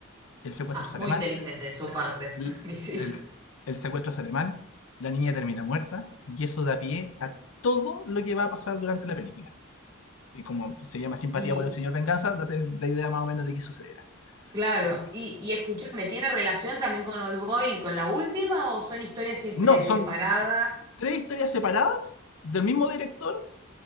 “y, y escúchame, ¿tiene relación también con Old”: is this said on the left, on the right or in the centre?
Right